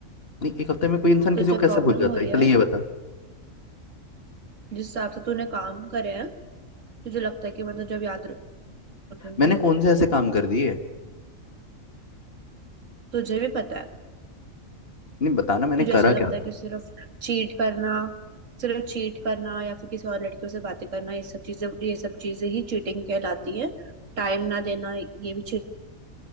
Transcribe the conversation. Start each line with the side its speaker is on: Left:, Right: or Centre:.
Left: नहीं एक हफ्ते में कोई इंसान किसी
Right: तुझे
Left: को कैसे
Right: प्रॉब्लम
Left: भूल जाता
Right: हो रही
Left: है पहले
Right: है
Left: ये बता
Right: जिस हिसाब से तूने काम करे हैं तुझे लगता है कि मैं तो जब याद रखूंगी
Left: मैंने कौन से ऐसे काम कर दिए
Right: तुझे भी पता है
Left: नहीं बताना मैंने
Right: तुझे
Left: करा
Right: ऐसा लगता
Left: क्या
Right: है कि सिर्फ चीट करना सिर्फ चीट करना या फिर किसी और लड़कियों से बातें करना ये सब चीजें ये सब चीजें ही चीटिंग कहलाती है टाइम ना देना ये भी चीटिंग